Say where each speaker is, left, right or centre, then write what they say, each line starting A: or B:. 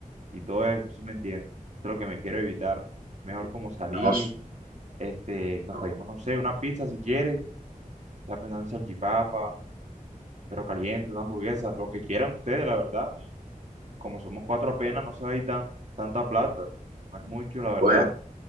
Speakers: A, on the right; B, on the right.
A: y todo eso, ¿sí me entiendes? Eso es lo que me quiero evitar. Mejor como salir,
B: no,
A: este, nos
B: no,
A: pedimos, no sé, una pizza si quieres, está pensando en salchipapa, pero caliente, una hamburguesa, lo que quieran ustedes, la verdad. Y como somos cuatro apenas, no se va a ir tan, tanta plata, no es mucho, la verdad,
B: pues,